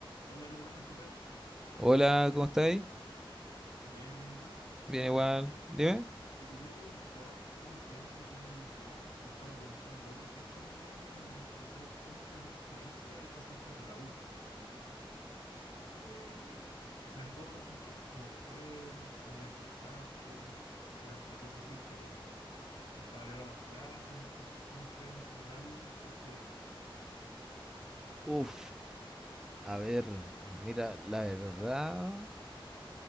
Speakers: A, on the left; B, in the centre.
A: Hola, hola, buenas, ¿qué tal?
B: Hola, ¿cómo estáis?
A: Bien, bien, ¿y tú?
B: Bien
A: Oye,
B: igual, dime.
A: te quería preguntar sobre un tema que tengo curiosidad, porque le estaba preguntando a otra gente también y quería saber cómo fue tu experiencia al pasar por la U, como, eh, o sea, en todos los sentidos, cómo te fue, cómo la encontraste, qué tanta cosa hiciste como en paralelo a las clases, no sé, cómo fue en general tu experiencia.
B: Uf, a ver, mira, la verdad